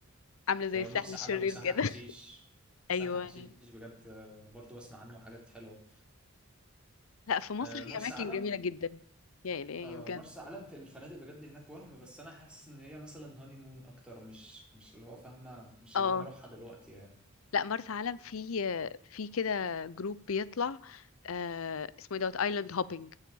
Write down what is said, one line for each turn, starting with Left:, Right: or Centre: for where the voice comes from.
Left: عاملة زي
Centre: آه،
Left: الساحل
Centre: مرسى
Left: الشرير
Centre: علم وسهل
Left: كده
Centre: حشيش
Left: <laughs>
Centre: سهل
Left: ايوه
Centre: حشيش بجد آه، برضه بسمع عنه حاجات حلوه
Left: لا في مصر
Centre: آه،
Left: في
Centre: مرسى
Left: اماكن
Centre: علم
Left: جميلة جدا يا الهي
Centre: آه،
Left: بجد
Centre: مرسى علم في الفنادق بجد هناك وهم بس انا حاسس ان هي مثلا هاني مون اكتر مش مش اللي هو فاهمه مش
Left: اه
Centre: اللي انا اروحها دلوقتي يعني
Left: لا مرسى علم في في كده جروب بيطلع آه اسمه إيه دوت ايلاند هوبينج